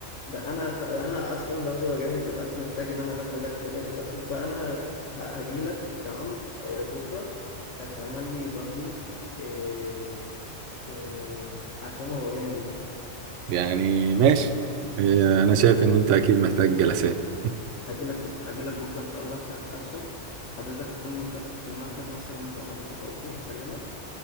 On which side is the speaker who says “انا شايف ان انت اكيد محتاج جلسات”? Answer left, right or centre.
Right